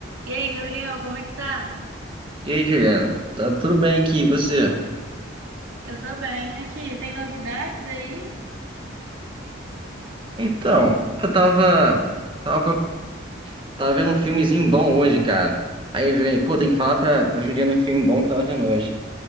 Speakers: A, on the right (about 85°); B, on the right (about 25°).
A: E aí, Gabriel, como é que tá?
B: E aí, Juliana, tá tudo bem aqui, e você?
A: Eu tô bem aqui. Tem novidades aí?
B: Então, eu tava, tava, pro- tava vendo um filmezinho bom hoje, cara. Aí ele vem, pô, tem que falar pra, pra Juliana um filme bom que eu tava vendo hoje.